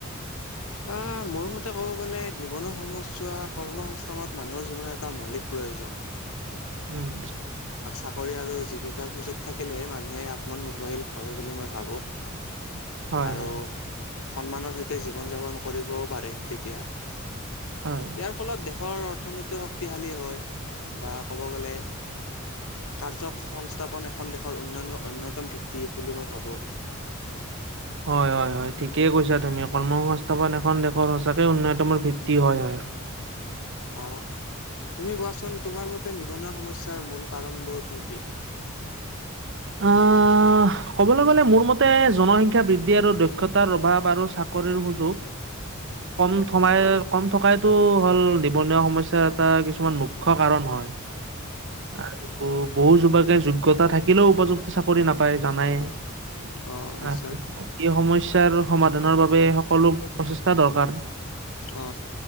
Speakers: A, on the left; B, on the right.
A: অ মোৰ মতে ক'ব গ'লে নিবনুৱা সমস্যা কৰ্ম সংস্থানত মানুহৰ জীৱনৰ এটা মৌলিক প্ৰয়োজন
B: উম
A: চাকৰি আৰু জীৱিকাৰ সুযোগ থাকিলে মানুহে আত্মনিৰ্ভৰশীল হয় বুলি মই ভাবো
B: হয়
A: আৰু
B: হয়
A: সন্মানৰ সৈতে জীৱন যাপন কৰিবও পাৰে তেতিয়া ইয়াৰ
B: হয়।
A: ফলত দেশৰ অৰ্থনীতি শক্তিশালী হয় বা ক'ব গ'লে কাৰ্যসংস্থাপন এখন দেশৰ উন্নয়নৰ অন্যতম ভিত্তি বুলি মই ভাবোঁ <inaudible>
B: হয় হয় হয় ঠিকেই কৈছা তুমি কৰ্ম সংস্থাপন এখন দেশৰ সচাকে উন্নয়তমৰ ভিত্তি হয় হয় <unintelligible> <inaudible>
A: অহ তুমি কোৱাচোন তোমাৰ মতে নিবনুৱা সমস্যাৰ মূল কাৰণবোৰ কি কি
B: অ অ ক'বলৈ গ'লে মোৰ মতে জনসংখ্যা বৃদ্ধি আৰু দক্ষতাৰ অভাৱ আৰু চাকৰিৰ সুযোগ <unintelligible>
A: <inaudible>
B: কম থমাই কম থকাইতো হ'ল নিবনুৱা সমস্যা এটা কিছুমান মুক্ত <unintelligible> কাৰণ হয় আৰু বহু যোৱকে <unintelligible> অভিজ্ঞতা থাকিলেও উপযুক্ত চাকৰি নাপায় জানাই
A: অ নিশ্চয়
B: আৰু সেই সময় সমস্যাৰ সমাধানৰ বাবে সকলো প্ৰচেষ্টা দৰকাৰ
A: অ